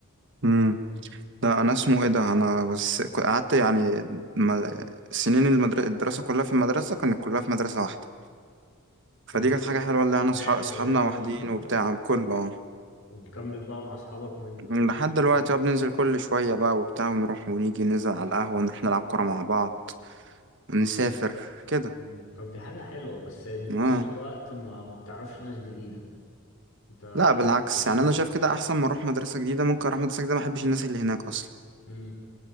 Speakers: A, on the right (about 55°); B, on the left (about 65°).
A: امم لا انا اسمه ايه ده انا بس ك- قعدت يعني ما... سنين المدر... الدراسة كلها في المدرسة كانت كلها في مدرسة واحدة
B: كل
A: فدي كانت حاجة حلوة اللي
B: ابتدائي
A: احنا صحاب...
B: واعدادي
A: صحابنا واحدين
B: وثانوي
A: وبتاع كله اه.
B: ومكمل بقى مع اصحابك من آه،
A: لحد دلوقتي
B: ابتدائي
A: بقى بننزل كل شوية بقى وبتاع ونروح ونيجي ننزل على القهوة نروح نلعب كورة مع بعض ونسافر كده
B: مم. طب دي حاجة حلوة بس يعني في
A: اه
B: نفس الوقت ما, ما بتعرفش ناس جديدة انت قاعد
A: لا بالعكس
B: في الشغل
A: يعني انا شايف كده احسن ما اروح مدرسه جديده ممكن اروح مدرسه جديده ما احبش الناس اللي هناك اصلا
B: امم